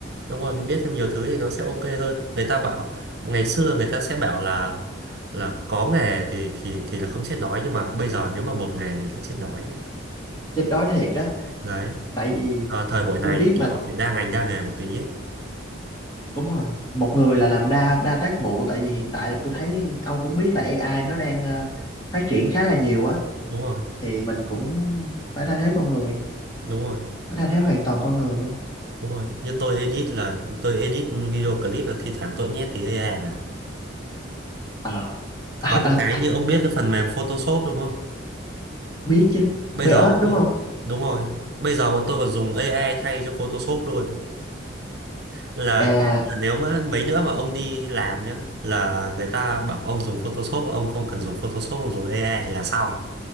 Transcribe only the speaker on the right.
đúng rồi mình biết thêm nhiều thứ thì nó sẽ ok hơn người ta bảo ngày xưa người ta sẽ bảo là là có nghề thì thì thì là không chết đói nhưng mà bây giờ nếu mà một nghề thì là chết đói chứ
đấy
Ờ, thời buổi này
kiểu
phải đa ngành đa nghề một tí ấy.
đúng rồi
đúng rồi
Đúng rồi, như tôi edit là tôi edit video clip là thi thoảng tôi nhét tí AI vào.
Có những
cái như ông biết cái phần mềm Photoshop đúng không?
Bây
giờ bọn
tôi
đúng rồi. Bây giờ bọn tôi còn dùng AI thay cho Photoshop luôn. Là,
là nếu mà mấy nữa mà ông đi làm nhá là người ta bảo ông dùng Photoshop ông không cần dùng Photoshop ông dùng AI là xong.